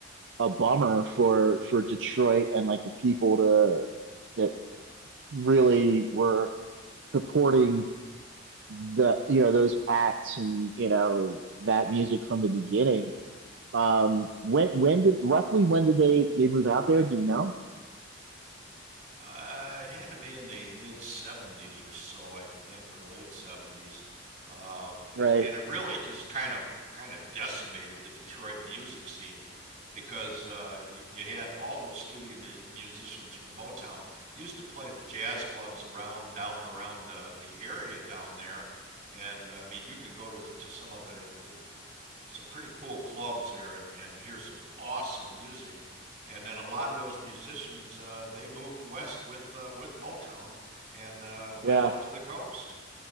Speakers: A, on the right; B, on the right.
A: a bummer for for Detroit and like the people to that really were supporting the, you know, those acts and, you know, that music from the beginning Um, when when did roughly when did they they move out there? Do you know?
B: Uh, it had to be in the mid 70s or so, I think, or late 70s. Um, and
A: Right.
B: and it really just kind of kind of decimated the Detroit music scene because uh, you, you had all those studio mu musicians from Motown used to play the jazz clubs around down and around uh, the area down there. And I mean, you could go to to some of the, the some pretty cool clubs there and and hear some awesome music and then a lot of those musicians uh, they moved west with uh, with Motown and uh, went
A: Yeah.
B: out to the coast.